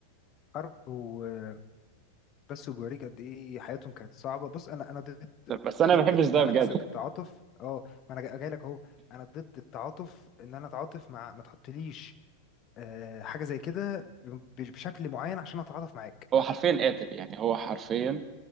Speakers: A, on the left; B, on the right.
A: حرب وبس وبيوريك قد ايه حياتهم كانت صعبه بص انا انا ضد
B: بس أنا
A: ضد
B: ما بحبش ده
A: ان انا
B: بجد
A: اكسب تعاطف اه ما انا جاي لك اهو انا ضد التعاطف ان انا اتعاطف مع ما تحطليش آه، حاجه زي كده ب- بشكل معين عشان اتعاطف معاك
B: هو حرفيا قاتل يعني هو حرفيا